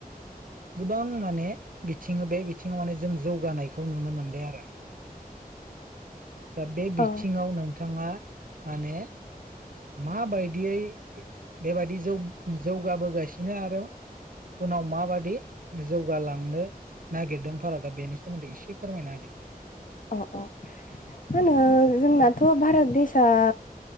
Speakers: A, on the right; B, on the left.
A: गोबां माने बिथिङो बे बिथिङाव माने जों जौगानायखौ नुनो मोनबाय आरो। दा बे बिथिङाव
B: औ
A: नोंथाङा माने माबायदियै बेबायदि जौ-जौगाबोगासिनो आरो उनाव माबादि जौगालांनो नागिरदों भारतआ बेनि सोमोन्दै एसे फोरमायना होदो।
B: अ अ मा होनो जोंनाथ' भारत देसाआ